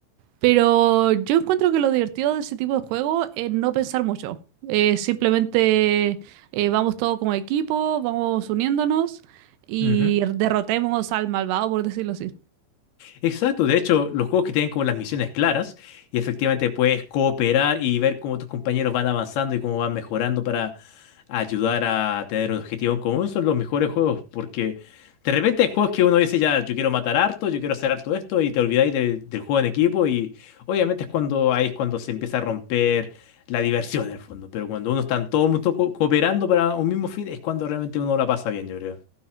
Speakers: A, on the right (about 75°); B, on the left (about 70°).
A: Pero yo encuentro que lo divertido de ese tipo de juego es no pensar mucho. Eh, simplemente eh, vamos todos como equipo, vamos uniéndonos y
B: Ujú.
A: derrotemos al malvado, por decirlo así.
B: Exacto, de hecho, los juegos que tienen como las misiones claras y efectivamente puedes cooperar y ver cómo tus compañeros van avanzando y cómo van mejorando para ayudar a tener un objetivo en común son los mejores juegos porque de repente hay juegos que uno dice ya, yo quiero matar harto, yo quiero hacer harto esto y te olvidáis del, del juego en equipo y obviamente es cuando ahí es cuando se empieza a romper la diversión en el fondo, pero cuando uno está en todo el mundo co- cooperando para un mismo fin es cuando realmente uno la pasa bien, yo creo.